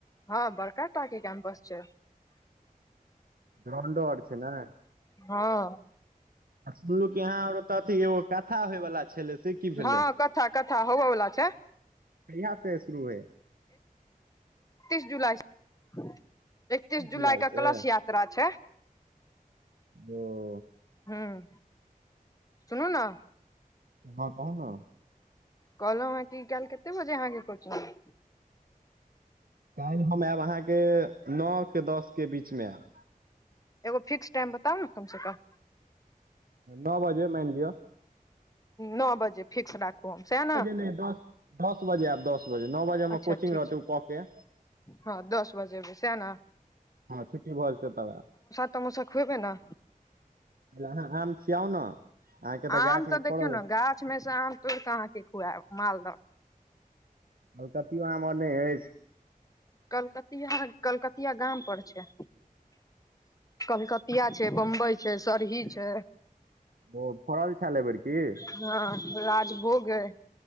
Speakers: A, on the left; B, on the right.
A: हँ बड़का टा केँ कैम्पस छै
B: गरैंडो अर छै नय
A: हँ
B: आ सुनलू कि यहाँ आर अतो से एगो कथा होय वला छलै से की भेलै
A: हँ कथा कथा होबअ वला छै
B: कहिया से शुरू है
A: एकतीस जुलाई सँ एकतीस
B: जुलाई
A: जुलाइ क
B: से
A: क्लश या त्रा छै
B: ओ
A: हुँ सुनू नऽ
B: हँ कहू नऽ
A: कहलो हँ की काईल कते बजे अहाँकेँ कोचिंग यऽ
B: काइल हम ऐब अहाँकेँ नो केँ दस केँ बीच मे ऐब
A: एगो फिक्स टाइम बताउ नऽ कम सँ कम
B: नो बजे माइन लिअ
A: नो बजे फिक्स राखू सेह नऽ
B: नय दस दस बजे ऐब दस बजे नो बजे हमर
A: अच्छा
B: कोचिंग
A: ठीक
B: रहते उ कऽ केँ
A: हँ दस बजे एबै सएह ने
B: हँ छुट्टी भऽ जते तब ऐब
A: समोशा खुएबे नऽ
B: पहिले अहाँ आम खियाउ नऽ अहाँकेँ
A: आम
B: तऽ गाछ मे
A: देखियौ
B: फड़ल
A: ने
B: ए
A: गाछ मे सँ आम तोइड़ कऽ अहाँकेँ खुएब मालदह
B: कलकतियो आम अर नय हैय
A: कलकतिया कलकतिया गाम पर छै कलकतिया छै बम्बई छै सरही छै
B: ओ फड़ल घैल अय बेर की
A: हँ राजभोग ऐय